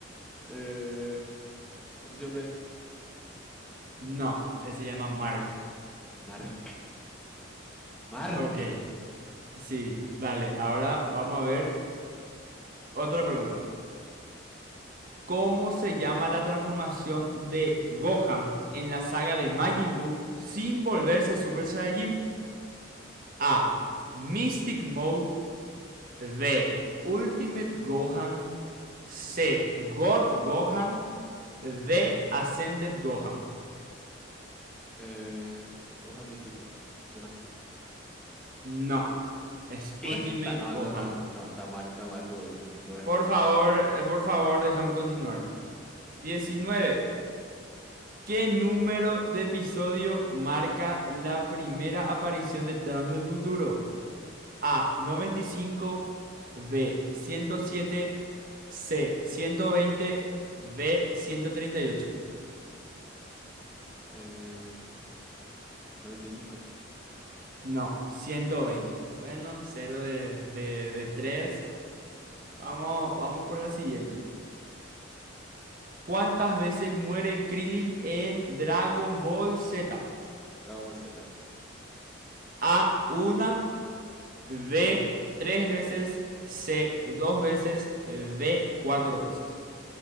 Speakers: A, in the centre; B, on the right.
A: eh, opción B.
B: No, él se llama Mark.
A: Mark. Mark.
B: Ok, sí, dale. Ahora vamos a ver otra pregunta. ¿Cómo se llama la transformación de Gohan en la saga de Majin Buu sin volverse Super Saiyajin? A. Mystic Mode. B. Ultimate Gohan. C. God Gohan. D. Ascended Gohan.
A: Eh, dibujo místico. Opción A.
B: No, es
A: ¿Qué?
B: Ultimate
A: Está- no,
B: Gohan.
A: no, no, no, está mal, está mal tu, tu, tu respuesta.
B: Por favor,
A: No, no, no.
B: eh,
A: no.
B: por favor, déjame continuar. 19. ¿Qué número de episodio marca la primera aparición de Thanos del futuro? A, noventa y cinco B, ciento siete C, 120, D, ciento treinta y ocho
A: Eh, 95.
B: No, ciento veinte Bueno, cero de, de, de tres Vamos, vamos por la siguiente. ¿Cuántas veces muere Krillin en Dragon Ball Z?
A: Dragon Ball Z, ok.
B: A, una B, tres veces, C, 2 veces, D, 4 veces.